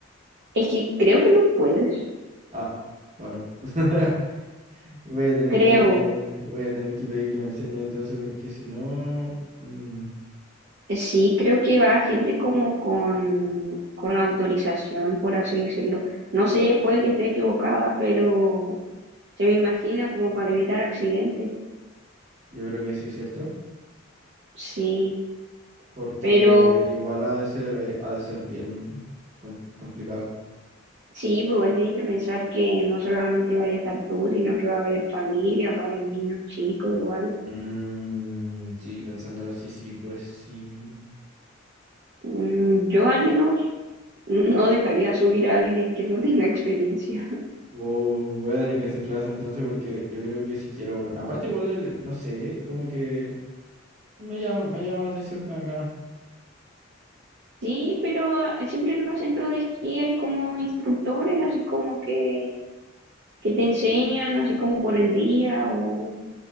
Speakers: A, on the right; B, on the right.
A: Es que creo que no puedes.
B: Ah, bueno. <laughs> Voy a tener
A: Creo.
B: que, voy a tener que pedir que me enseñen entonces, porque si no, mm,
A: eh, Sí, creo que va gente como con, con autorización, por así decirlo. No sé, puede que esté equivocada, pero se me imagina como para evitar accidentes.
B: yo creo que sí, ¿cierto?
A: Sí,
B: porque
A: pero
B: igual ha de ser, eh, ha de ser bien com- complicado.
A: sí, pues igual tienes que pensar que no solamente vaya a estar tú, sino que va a haber familia, va a haber niños chicos igual.
B: Mm, sí, pensándolo así, sí, pues sí.
A: Mm, Yo al menos no dejaría subir a alguien que no tenga experiencia. <laughs>
B: Vo- Voy a tener que hacer clase entonces porque yo creo que si quiero... bueno, Aparte igual, el- no sé, como que me llama, me llama la atención, me dan ganas.
A: Sí, pero ah, siempre en los centros de esquí hay como instructores, así como que, que te enseñan, así como por el día, o